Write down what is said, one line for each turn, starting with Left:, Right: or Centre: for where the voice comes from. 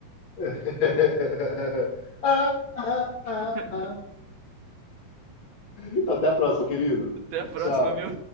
Left: <laughs> Ah, ah,
Right: <laughs>
Left: ah, ah. Então, até a próxima, querido.
Right: Até a próxima,
Left: Tchau.
Right: viu?